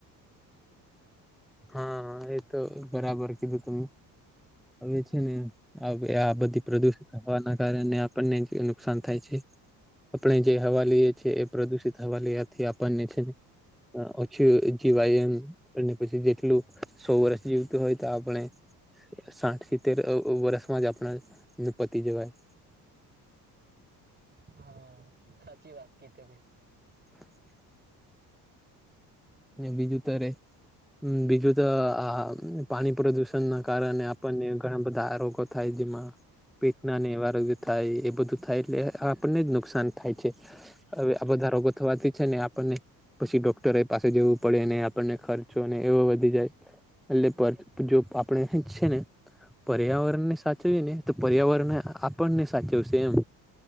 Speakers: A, in the centre; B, on the right.
A: હા એ તો બરાબર કીધું તમે હવે છે ને આ બધી પ્રદુષિત હવાના કારણે આપણને નુકસાન થાય છે. આપણે જે હવા લેયએ છીએ પ્રદુષિત હવા લેવાથી આપણને છે ને ઓછી જીવાય એમ અને પછી જે ટલું સો વરશ જીવતો હોય તો આપણે સાઠ સિત્તેર વરસમાં જ આપણા પતિ જવાય
B: હા સાચી વાત કીધી તમે
A: <inaudible> બીજુ અત્યારે બીજુ તોઆ પાણી પ્રદુષણ ના કારણે આપણને ઘણા બધા રોગો થાય જેમાં પેટ ના ને એવા રોગ થાય એ બધું થાય એટલે આપણને જ નુકસાન થાય છે. હવે આ બધા રોગો થવાથી છે ને આપણને પછી ડોક્ટરે પાસે જવું પડે ને આપણને ખર્ચો ને એવો વધી જાય એટલે જો આપણે જ છે ને પર્યાવરણને સાચવીએ ને તો પર્યાવરણને આપણને સાચવશે એમ